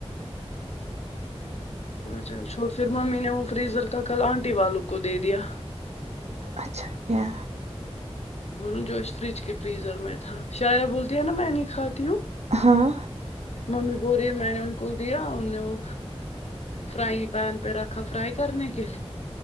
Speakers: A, on the left (about 80°); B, on the right (about 80°).
A: چل چھو پھر ممی نے وہ فریزر کا کل آنٹی والوں کو دے دیا
B: اچھا کیا
A: بول جو اس فریج کے فریزر میں تھا شاعرہ بولتی ہے نا میں نہیں کھاتی ہوں
B: ہاں
A: ممی بو رہی ہے میں نے ان کو دیا ان نے وہ فرائنگ پین پہ رکھا فرائی کرنے کے لیے